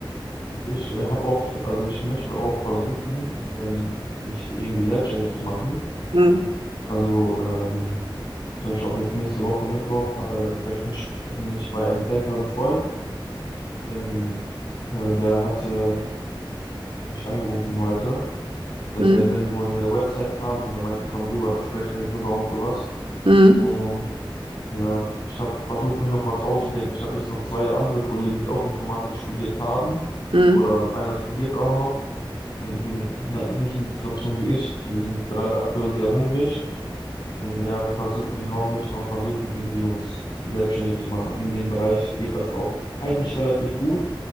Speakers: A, on the left; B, on the right.
A: Und ich äh, habe auch, also ich möchte auch versuchen, ähm, mich irgendwie selbstständig zu machen.
B: hm,
A: Also ähm, zum Beispiel auch jetzt nächste Woche Mittwoch äh, treffe ich mich, mich bei einem älteren Freund. Ähm, äh, der hatte mich angerufen heute, dass
B: hm,
A: der will wohl eine Website haben und der meinte, komm rüber, sprechen wir drüber und sowas.
B: hm,
A: Und ja, ich habe versucht, mir noch was auszudenken. Ich habe jetzt noch zwei andere Kollegen, die auch Informatik studiert haben.
B: hm,
A: Oder einer studiert auch noch. Und die sind in einer ähnlichen Situation wie ich. Wir sind drei aktuell sehr hungrig. Und ja, wir versuchen, wir möchten auch versuchen, irgendwie uns selbstständig zu machen. In dem Bereich geht das auch eigentlich relativ gut.